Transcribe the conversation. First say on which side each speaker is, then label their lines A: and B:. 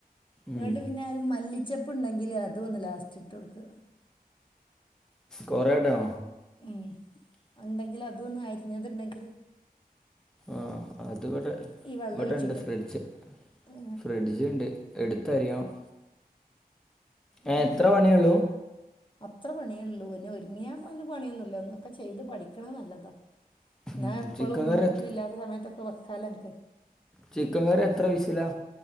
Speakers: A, on the left (about 30°); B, in the centre.
A: ഇങ്ങോട്ട്
B: ഉം.
A: പിന്നെ മല്ലിച്ചപ്പണ്ടെങ്കില് അതൊന്ന് ലാസ്റ്റ് ഇട്ട് കൊടുക്ക
B: കൊറെ ഇടണോ
A: ഉ ഉണ്ടെങ്കിൽ അതൊന് അരിഞ്ഞത് ഉണ്ടങ്കിൽ
B: ആ അത് ഇവിടെ
A: ഈ വെള്ളം
B: ഇവിടെ
A: ഒഴിച്ചിട്ട്
B: ഇണ്ട് ഫ്രിഡ്ജ്
A: ഏ,
B: ഫ്രിഡ്ജ് ഇണ്ട് എടുത്ത് അരിയണം
A: ഉം.
B: ഏഹ് ഇത്ര പണിയേ ഒള്ളൂ
A: അത്ര പണിയേ ഉള്ളൂ പിന്നെ ഒരുങ്ങിയാ അയില് പണിയൊന്നുല്ലാ ഒന്ന് ഒക്കെ ചെയ്ത് പഠിക്കണത് നല്ലതാ എന്നാ
B: ഉം,
A: എപ്പളും
B: ചിക്കൻ
A: ഉമ്മേം
B: കറി
A: ഉപ്പേം
B: എത്ര
A: ഇല്ലാത്ത സമയത്തൊക്കെ വെക്കാല്ലോ നിനക്ക്
B: ചിക്കൻ കറി എത്ര വിസില